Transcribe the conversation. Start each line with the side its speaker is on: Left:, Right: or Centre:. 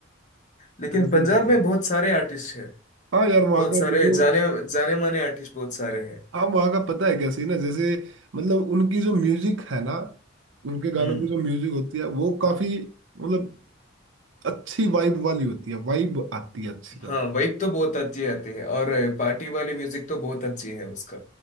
Left: लेकिन
Right: ऐसे
Left: पंजाब
Right: ही करो।
Left: में बहुत सारे आर्टिस्ट हैं
Right: हाँ यार वहाँ
Left: बहुत
Right: का
Left: सारे
Right: जो
Left: जाने जाने माने आर्टिस्ट बहुत सारे हैं
Right: हाँ वहाँ का पता है कैसे ना जैसे मतलब उनकी जो म्यूजिक है ना उनके गानों
Left: हम्म
Right: की जो म्यूजिक होती है वो काफी मतलब अच्छी वाइब वाली होती है वाइब आती है अच्छी
Left: हाँ
Right: अब
Left: वाइब तो बहुत अच्छी आती है और पार्टी वाली म्यूजिक तो बहुत अच्छी है उसका